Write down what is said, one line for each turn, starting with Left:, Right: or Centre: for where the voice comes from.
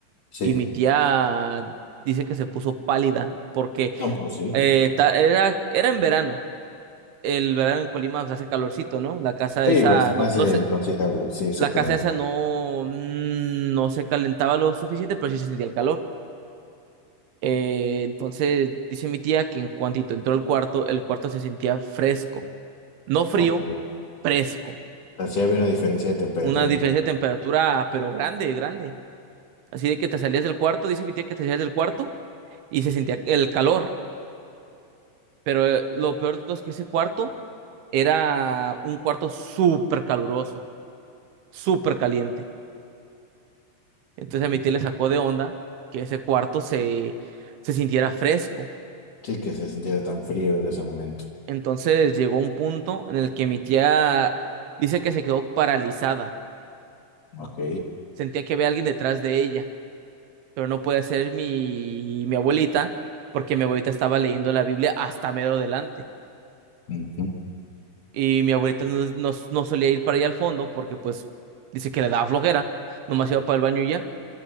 Left: Sí.
Right: Y mi tía dice que se puso pálida porque
Left: No, pues sí.
Right: eh, ta- era, era en verano. El verano en Colima pues, hace calorcito, ¿no? La casa
Left: Sí,
Right: esa,
Left: bas-
Right: no,
Left: hace
Right: no se,
Left: considerable. Sí, exactamente.
Right: la casa esa no, mm, no se calentaba lo suficiente, pero sí se sentía el calor. Eh, entonces dice mi tía que en cuantito entró al cuarto, el cuarto se sentía fresco, no frío,
Left: Ok.
Right: fresco.
Left: Así había una diferencia de temperatura
Right: Una diferencia
Left: importante.
Right: de temperatura, pero grande, grande. Así de que te salías del cuarto, dice mi tía que te salías del cuarto y se sentía el calor. Pero eh, lo peor de todo es que ese cuarto era un cuarto súper caluroso, súper caliente. Entonces a mi tía le sacó de onda que ese cuarto se, se sintiera fresco.
Left: Sí, que se sintiera tan frío en ese momento.
Right: Entonces llegó un punto en el que mi tía dice que se quedó paralizada.
Left: Ok.
Right: Sentía que había alguien detrás de ella. pero no puede ser mi, mi abuelita, porque mi abuelita estaba leyendo la Biblia hasta medio delante.
Left: Ujú,
Right: Y mi abuelita no, no, no solía ir para allá al fondo, porque pues dice que le daba flojera, nomás iba para el baño y ya.